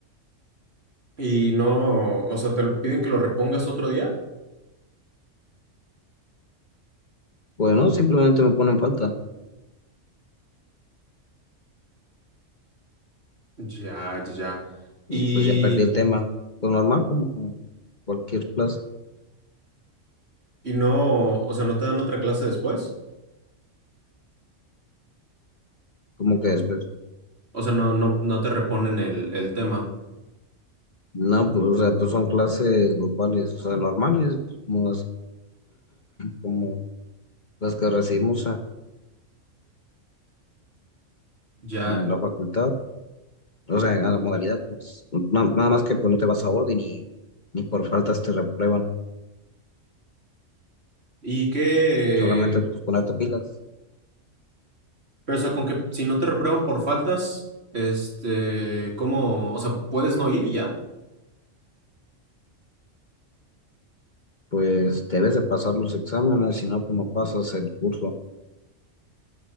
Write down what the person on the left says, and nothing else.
Bueno, simplemente me ponen falta
y
pues ya perdí el tema. Pues normal, como cualquier clase,
como que después.
No, pues, o sea, pues son clases grupales, o sea, normales, pues, como las, como las que recibimos en
la facultad, o sea, en la modalidad, pues. Na- Nada más que pues no te vas a orden y ni por faltas te reprueban,
solamente pues ponerte pilas.
pues debes de pasar los exámenes, si no, como pasas el curso?